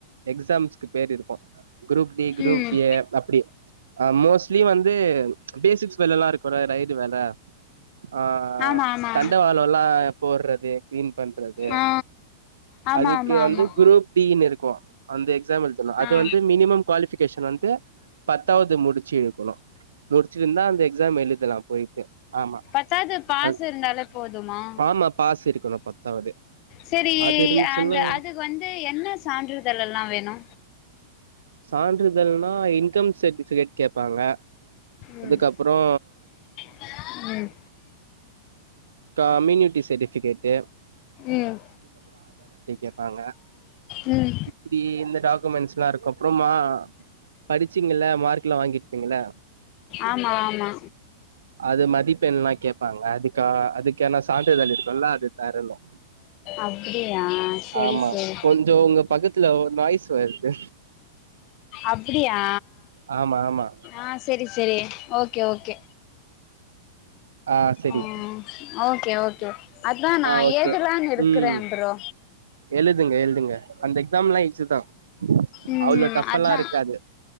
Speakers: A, on the right; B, on the left.
A: எக்ஸாம்ஸ்கு பேர் இருக்கு குரூப் டி குரூப்
B: ம்
A: ஏ அப்டி அ மோஸ்ட்லி வந்து பேசிக்ஸ் வேலல்லா இருக்குல ரைடு வேல ஆ
B: ஆமா ஆமா
A: தண்டவாளல்லா போட்றது க்ளீன் பண்றது
B: ஆ ஆமா
A: அதுக்கு
B: ஆமா
A: வந்து
B: ஆமா
A: குரூப் பி னுருக் கு அந்த எக்ஸாம் எழுதனு அது
B: ஆ
A: வந்து மினிமம் குவாலிபிகேஷன் வந்து பத்தாவது முடிச்சுருக்கணு முடிச்சிருந்தா அந்த எக்ஸாம் எழுதலா போய்ட்டு ஆமா
B: பத்தாது பாஸ்
A: அ
B: இருந்தாலெ போதுமா
A: ஆமா பாஸ் இருக்கணு பத்தாவது
B: செரி
A: அது இருந்துச்சுன்னா
B: அந்த அது அதுக்கு வந்து என்ன சான்றிதழல்லா வேணு
A: சான்றிதழ்னா இன்கம் சர்டிபிகேட் கேப்பாங்க
B: ம்
A: அதுக்கப்புறோ
B: உம்
A: கமினியூட்டி சட்டிஃபிகேட்டு
B: ம்
A: கேப்பாங்க
B: ம்
A: இப்டி இந்த டாக்குமெண்ட்ஸ் எல்லா இருக்கு அப்றமா படிச்சீங்கள்ள மார்க் கெல்லா வாங்கிருப்பீங்கள்ள
B: ஆமா ஆமா
A: அது மதிப்பெண்லா கேப்பாங்க அதுக்கா அதுக்கான சான்றிதழ் இருக்குல்ல அது தரணு
B: அப்டியா செரி
A: ஆமா
B: செரி
A: கொஞ் இதோ உங்க பக்கத்துல ஒரு நாய்ஸ் வருது
B: அப்பிடியா
A: ஆமா ஆமா
B: ஆ செரி செரி ஓகே ஓகே
A: ஆ செரி
B: ம் ஓகே ஓகே அதா நா
A: ஆ ஓகே
B: ஏதலானு இருக்குற
A: ம்
B: ப்ரோ
A: எழுதுங்க எழுதுங்க அந்த எக்ஸாம் லா இஸிதா
B: ம்
A: அவ்ளோ டஃப் ஃபாலா
B: அதா
A: இருக்காது